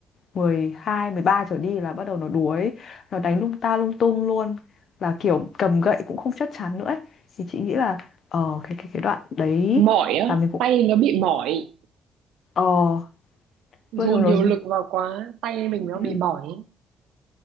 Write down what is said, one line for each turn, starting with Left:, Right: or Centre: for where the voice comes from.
Left: 12, 13 trở đi là bắt đầu nó đuối nó đánh lung ta lung tung luôn là kiểu cầm gậy cũng không chắc chắn nữa ấy. thì chị nghĩ là ờ cái cái cái đoạn đấy
Right: mỏi á
Left: là mình cũng
Right: tay nó bị mỏi
Left: ờ
Right: dồn
Left: bắt đầu nó
Right: nhiều lực vào quá tay mình nó
Left: Ừ.
Right: bị mỏi